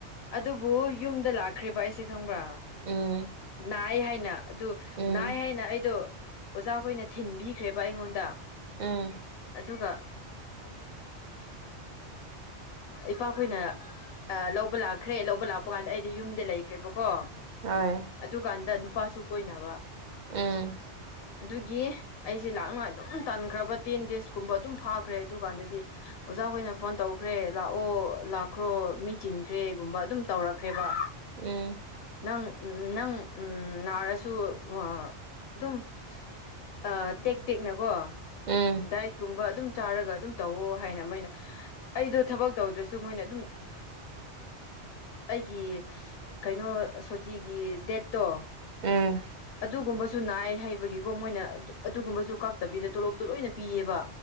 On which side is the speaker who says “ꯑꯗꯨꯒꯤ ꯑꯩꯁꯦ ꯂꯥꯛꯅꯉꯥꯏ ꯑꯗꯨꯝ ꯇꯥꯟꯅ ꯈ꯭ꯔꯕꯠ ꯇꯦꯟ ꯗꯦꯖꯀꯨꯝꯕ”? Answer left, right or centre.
Left